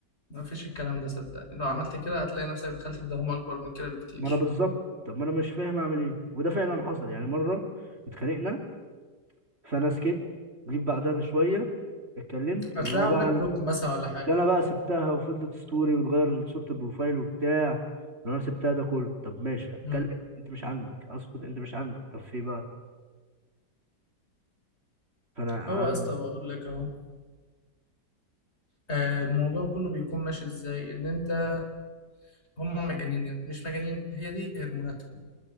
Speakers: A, on the left; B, on the right.
A: ما فيش الكلام ده صدقني لو عملت كده هتلاقي نفسك دخلت في دوامه اكبر من كده بكتير
B: ما انا بالظبط طب ما انا مش فاهم اعمل ايه وده فعلا حصل يعني مره اتخانقنا فانا سكت جيت بعدها بشويه اتكلمت اللي
A: هتلاقي
B: هو
A: عاملك
B: بقى انا
A: بلوك مثلا ولا حاجة
B: اللي انا بقى سبتها وفضلت ستوري وتغير صورة البروفايل وبتاع اللي انا سبتها ده كله طب ماشي اتكلم
A: امم
B: انت مش عاجبك اسكت انت مش عاجبك طب في إيه بقى فانا عامل
A: هو يا اسطى
B: ايه
A: بقول لك اهو آه، الموضوع كله بيكون ماشي ازاي ان انت هم مجانين مش مجانين هي دي هرموناتهم